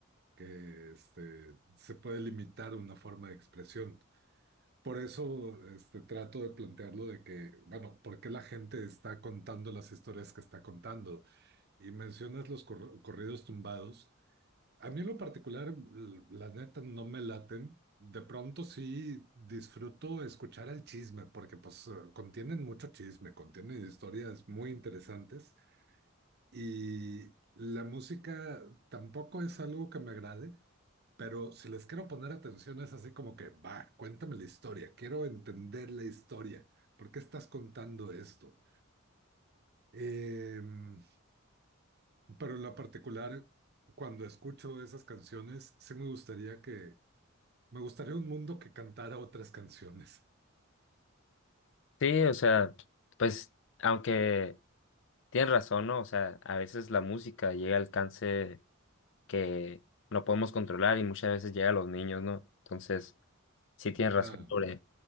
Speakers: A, on the right (about 50°); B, on the left (about 60°).
A: que este, se puede limitar una forma de expresión. Por eso este, trato de plantearlo de que, bueno, ¿por qué la gente está contando las historias que está contando? Y mencionas los cor- corridos tumbados. A mí en lo particular, l- la neta, no me laten. De pronto sí disfruto escuchar el chisme, porque pues eh, contienen mucho chisme, contienen historias muy interesantes. Y la música tampoco es algo que me agrade. Pero si les quiero poner atención, es así como que, va, cuéntame la historia, quiero entender la historia, ¿por qué estás contando esto? Em, pero en lo particular, cuando escucho esas canciones, sí me gustaría que, me gustaría un mundo que cantara otras canciones.
B: Sí, o sea, pues aunque tienes razón, ¿no? O sea, a veces la música llega al alcance que no podemos controlar y muchas veces llega a los niños, ¿no? Entonces, sí tienes
A: Ah,
B: razón sobre,